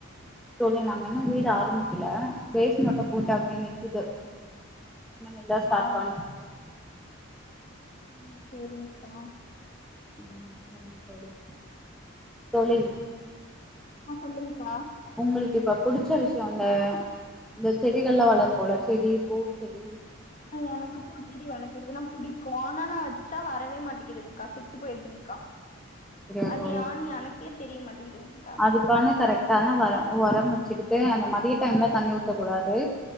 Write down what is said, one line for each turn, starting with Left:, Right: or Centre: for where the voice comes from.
Centre: தோழி நாங்க இன்னோ வீடு ஆரம்பிக்கல பேஸ் மட்டோ போட்டு அப்டே நிக்குது இனிமேல் தா ஸ்டார்ட்
Left: ஆ
Centre: பன்
Left: ம் சேரிங்க்கா
Centre: ம் செரி தோழி தோழி
Left: ஆ சொல்லுங்க்கா
Centre: உங்குளுக்கு இப்ப புடிச்ச விஷ்யோ அந்த இந்த செடிகலா வளர்க்கோல செடி பூ செடி
Left: ஆ எனக்கு பூச்செடி வளர்க்கறதெல்லா புடிக்கு ஆனா நா வச்சா வரவே மாட்டிங்கிதுங்க்கா ச செத்து போயிர்துங்க்கா
Centre: சரியா
Left: அது
Centre: தோழி
Left: யானு எனக்கே தெரிய மாட்டிங்குதுங்க்கா
Centre: அதுக்கான கரெக்டான வர உரம் வச்சிக்கிட்டு அந்த மதிய டைம்ல தண்ணி ஊத்தக்கூடாது